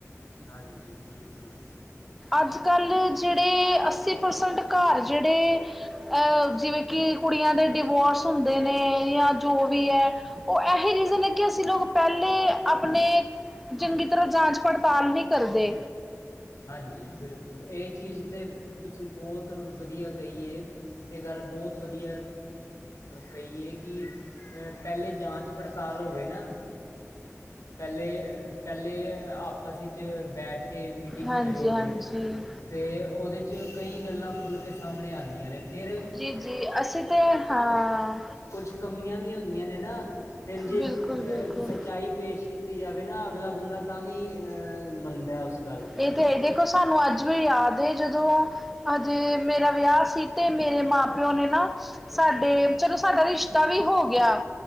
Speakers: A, on the left; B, in the centre.
A: ਹਾਂਜੀ, ਬਿਲਕੁਲ।
B: ਅੱਜ- ਕੱਲ੍ਹ ਜਿਹੜੇ ਅੱਸੀ ਪਰਸੈਂਟ ਘਰ ਜਿਹੜੇ ਅਹ ਜਿਵੇਂ ਕਿ ਕੁੜੀਆਂ ਦੇ ਡਿਵੋਰਸ ਹੁੰਦੇ ਨੇ ਜਾਂ ਜੋ ਵੀ ਐ। ਉਹ ਇਹੀ ਰਿਜ਼ਨ ਐ ਕੇ ਅਸੀ ਲੋਕ ਪਹਿਲੇ ਆਪਣੇ ਚੰਗੀ ਤਰ੍ਹਾਂ ਜਾਂਚ -ਪੜਤਾਲ ਨਹੀਂ ਕਰਦੇ।
A: ਹਾਂਜੀ ਬਿਲਕੁਲ ਇਹ ਚੀਜ਼ ਤੇ ਤੁਸੀਂ ਬਹੁਤ ਵਧੀਆ ਕਹੀਏ। ਇਹ ਗੱਲ ਬਹੁਤ ਵਧੀਆ ਕਹੀਏ ਕੀ। ਪਹਿਲੇ ਜਾਂਚ - ਪੜਤਾਲ ਹੋਵੇ ਨਾ ਪਹਿਲੇ ਪਹਿਲੇ ਆਪਸ ਵਿੱਚ ਬੈਠ ਕੇ ਮੀਟਿੰਗ
B: ਹਾਂਜੀ
A: ਹੋਈ ਹੋਵੇ।
B: ਹਾਂਜੀ
A: ਤੇ ਉਹਦੇ 'ਚ ਕਈ ਗੱਲਾਂ ਖੁੱਲ੍ਹ ਕੇ ਸਾਹਮਣੇ ਆਂਦੀਆਂ ਨੇ ਫਿਰ
B: ਜੀ-ਜੀ ਅਸੀਂ ਤਾਂ ਹਾਂ
A: ਕੁਛ ਕਮੀਆਂ ਵੀ ਹੁੰਦੀਆਂ ਨੇ ਨਾ ਫਿਰ ਜੇ
B: ਬਿਲਕੁਲ-ਬਿਲਕੁਲ
A: ਸੱਚਾਈ ਪੇਸ਼ ਕੀਤੀ ਕੀਤੀ ਜਾਵੇ ਨਾ ਅਗਲਾ ਬੰਦਾ ਤਾਂ ਵੀ ਅਹ ਮੰਨਦਾ ਉਸ ਗੱਲ ਨੂੰ
B: ਇਹ ਤੇ ਦੇਖੋ ਸਾਨੂੰ ਅੱਜ ਵੀ ਯਾਦ ਏ ਜਦੋਂ ਹਜੇ ਮੇਰਾ ਵਿਆਹ ਸੀ ਤੇ ਮੇਰੇ ਮਾਂ ਪਿਓ ਨੇ ਨਾ ਸਾਡੇ ਚਲੋ ਸਾਡਾ ਰਿਸ਼ਤਾ ਵੀ ਹੋ ਗਿਆ।